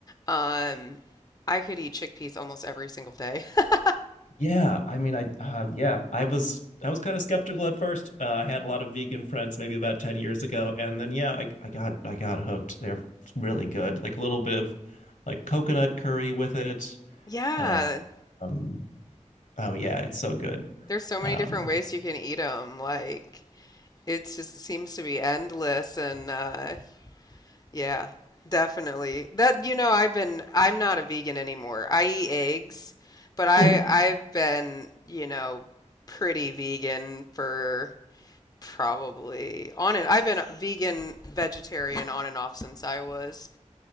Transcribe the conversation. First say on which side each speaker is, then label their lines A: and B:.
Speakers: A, on the left; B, on the left.
A: Um, I could eat chickpeas almost every single day. <laughs>
B: Yeah, I mean, I uh, yeah, I was I was kind of skeptical at first. Uh, I had a lot of vegan friends maybe about 10 years ago, and then yeah, I, I got I got hooked. They're really good. Like a little bit of like coconut curry with it.
A: Yeah,
B: Uh, um, oh yeah, it's so good.
A: there's so
B: Um,
A: many different ways you can eat them. Like, it just seems to be endless. And uh, yeah, definitely. That, you know, I've been, I'm not a vegan anymore. I eat eggs, but I,
B: mhm,
A: I've been, you know, pretty vegan for probably on and I've been a vegan, vegetarian on and off since I was